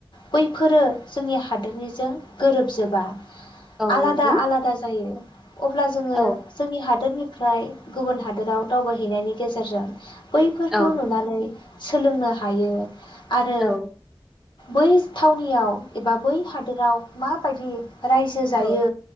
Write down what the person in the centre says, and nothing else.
औ
नंगौ
औ
औ
औ
औ